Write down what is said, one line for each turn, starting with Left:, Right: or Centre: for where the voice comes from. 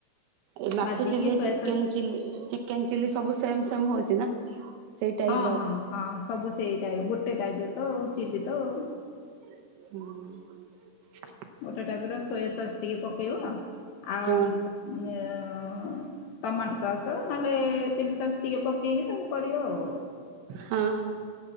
Right: ଏ ମାଛ
Left: ଭାଜିକି
Right: chilli
Left: soya
Right: chicken
Left: sauce
Right: chilli chicken chilli ସବୁ ସେମ୍ ସେମ୍ ହଉଛି ନା। ସେଇ ଟାଇପ
Left: ହଁ
Right: ର
Left: ହଁ
Right: ଏକା
Left: ହଁ ସବୁ ସେଇ ଟାଇପ୍ ଗୋଟେ ଟାଇପର ତ। ଚିଲି ତ ଅ।
Right: ହୁଁମ୍।
Left: ଗୋଟେ ଟାଇପ୍ ର ସୋୟା ସସ୍ ଟିକେ ପକେଇବ। ଆଉ
Right: ହଁ।
Left: ୟ-ୟ-ୟ ଟମାଟୋ ସସ୍ ନହେଲେ ଚିଲି ସସ୍ ଟିକେ ପକେଇକି ତାକୁ କରିବ ଅ-ଅ।
Right: ହଁ ହଁ।